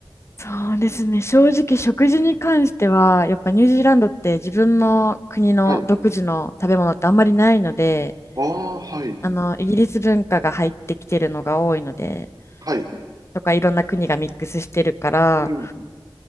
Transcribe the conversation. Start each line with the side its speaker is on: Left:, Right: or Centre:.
Left: そうですね。正直、食事に関しては、やっぱニュージーランドって自分の国の独自の食べ物ってあんまりないので、
Right: はい。ああ、はい、
Left: あの、イギリス文化が入ってきてるのが多いので、
Right: はい、
Left: とかいろんな国がミックスしてるから、
Right: うん、